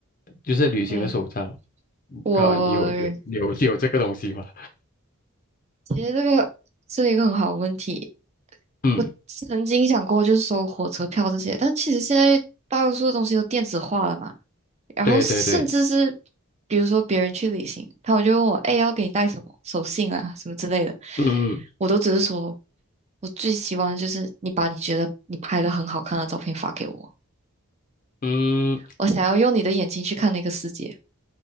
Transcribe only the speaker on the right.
嗯，我
其实这个是一个很好的问题。
我曾经想过就是收火车票这些，但其实现在大多数东西都电子化了嘛。然后甚至是
比如说别人去旅行，他们就问我，哎，要给你带什么手信啊，什么之类的，
我都只是说，我最希望就是你把你觉得你拍的很好看的照片发给我，
我想要用你的眼睛去看那个世界。